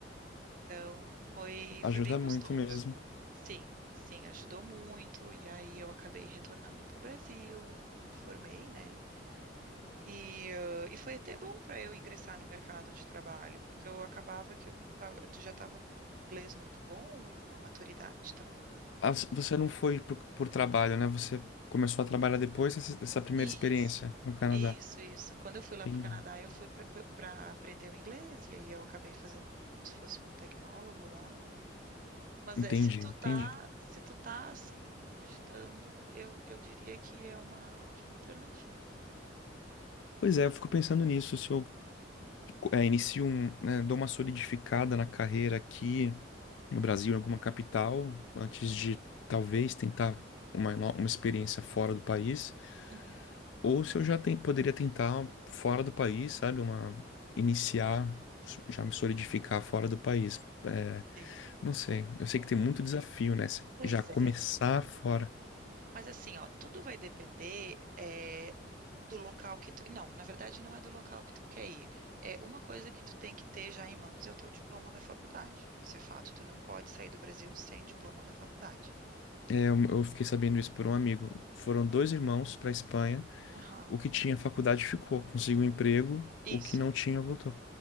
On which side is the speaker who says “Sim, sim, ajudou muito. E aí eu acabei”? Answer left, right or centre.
Right